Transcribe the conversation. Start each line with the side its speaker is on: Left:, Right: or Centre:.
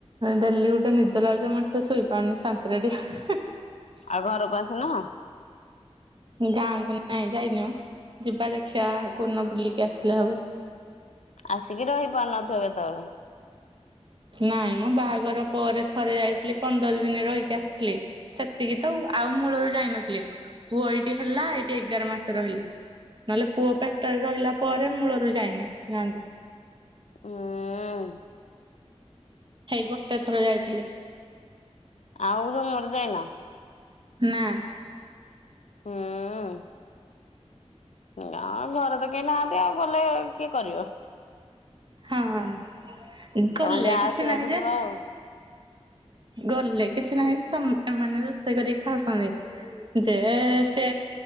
Right: ଡେଲି ଗୁଟେ ନିଦ ଲାଗୁଚି ଯେ ମଣିଷ ଶୋଇପାରୁନି ସାନ୍ତିରେ ଟିକେ।
Left: ଆଉ ଘରକୁ ଆସୁନ?
Right: ଗାଁ କୁ ନାଇଁ ଯାଇନି ମ ଯିବା ଦେଖିଆ କୋଉ ଦିନ ବୁଲିକି ଆସିଲେ ହବ।
Left: ଆସିକି ରହିପାରୁନଥିବ କେତେବେଳେ?
Right: ନାଇଁ ମ ବାହାଘର ପରେ ଥରେ ଯାଇଥିଲି ପନ୍ଦର ଦିନି ରହିକି ଆସିଥିଲି। ସେତିକି ତ ଆଉ ଆଉ ମୂଳରୁ ଯାଇନଥିଲି ପୁଅ ଏଇଠି ହେଲା ଏଇଠି ଏଗାର ମାସ ରହିଲି। ନହେଲେ ପୁଅ ପେଟରେ ରହିଲା ପରେ ମୂଳରୁ ଯାଇନି ଗାଁ କୁ।
Left: ହୁଁ
Right: ହେଇ ଗୋଟେ ଥର ଯାଇଥିଲି।
Left: ଆଉ ଜମାରୁ ଯାଇନ?
Right: ନା।
Left: ହୁଁ ଉଁ ଗାଁ ଘରେ ତ କେହି ନାହାନ୍ତି ଆଉ ଗଲେ କିଏ କରିବ।
Right: ହଁ ଗଲେ
Left: ତମ ଯା ଆସିଲାଠୁ
Right: କିଛି ନାହିଁ
Left: ଯିବା
Right: ଯେ
Left: ଆଉ।
Right: ଗଲେ କିଛି ନାହିଁ ସମ୍ ଏମାନେ ରୋଷେଇ କରିକି ଖାଉଛନ୍ତି। ଯେ ସେ